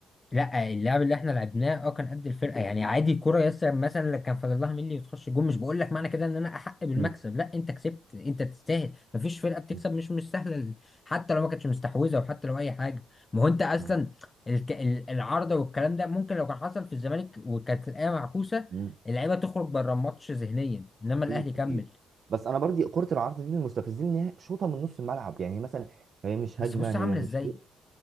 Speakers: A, on the left (about 25°); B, on the right (about 50°).
A: لا اللعب اللي احنا لعبناه اه كان قد الفرقه يعني عادي كرة يسر مثلا لو كان فاضل لها ملي وتخش جون مش بقول لك معنى كده ان انا احق بالمكسب
B: مم.
A: لا انت كسبت انت تستاهل مفيش فرقه بتكسب
B: مم.
A: مش مش سهله حتى لو ما كانتش مستحوذه وحتى لو اي حاجه ما هو انت اصلا
B: آه.
A: الك... ال- العارضه والكلام ده ممكن لو كان حصل في الزمالك وكانت الايه معكوسه
B: مم.
A: اللعيبه تخرج بره الماتش ذهنيا انما
B: اكيد
A: الاهلي كمل
B: اكيد بس انا برضي كرة العرض دي من المستفزين ان هي شوطة من نص الملعب يعني هي مثلا هي مش
A: بس
B: هجمة
A: بص
B: هي
A: عامله
B: مش
A: ازاي
B: شيء